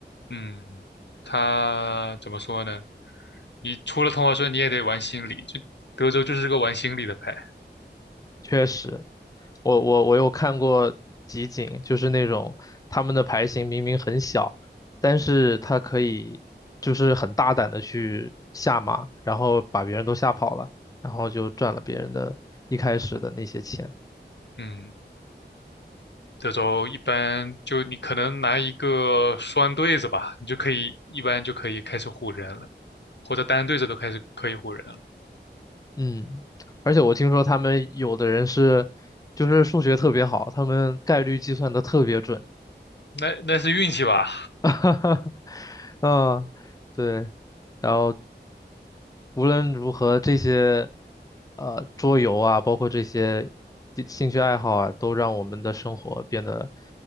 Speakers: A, on the left; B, on the left.
A: 嗯，他怎么说呢？你出了同花顺，你也得玩心理，就德州就是个玩心理的牌。
B: 确实，我我我有看过集锦，就是那种他们的牌型明明很小，但是他可以就是很大胆的去下马，然后把别人都吓跑了，然后就赚了别人的一开始的那些钱。
A: 嗯，德州一般就你可能拿一个双对子吧，你就可以一般就可以开始唬人了，或者单对子都开始可以唬人了。
B: 嗯，而且我听说他们有的人是就是数学特别好，他们概率计算的特别准。
A: 那那是运气吧？
B: <laughs> 哈哈，嗯，对。然后无论如何，这些呃桌游啊，包括这些地兴趣爱好啊，都让我们的生活变得，